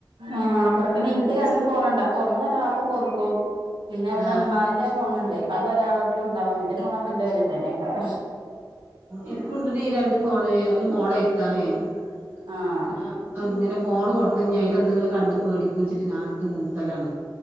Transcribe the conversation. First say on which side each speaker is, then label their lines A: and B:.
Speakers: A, on the right; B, on the right.
A: ആഹ് ഇബടെ പിന്നെ ഇൻക്ക്
B: ഈ
A: രണ്ട് ഫോണ് ഇണ്ട്. അപ്പ ഒന്നരാൾക്കും കൊടുക്കും. പിന്നെ ഇവിടെ
B: ആഹ്
A: ഇമ്മാന്റെ ഫോണ് ഇണ്ട് അതൊരാളട് ത്ത്ണ്ടാവും ഇന്റെ ഫോണ് അപ്പ ഇന്റെ കജ്ജ് തന്നേക്കാരം.
B: ഇൻക്കുണ്ടെടി രണ്ട് ഫോണ് ഒന്ന് മോളെര്ത്താണ്.
A: ആഹ്
B: പിന്നെ അങ്ങനെ ഫോണ് കൊട്ത്ത് ഇഞ്ഞ് അയില് എന്തെങ്കിലും കണ്ട് പേടിക്കുച്ചിട്ട് ഞാൻ ഇട്ത്ത് പൂത്തലാണ്.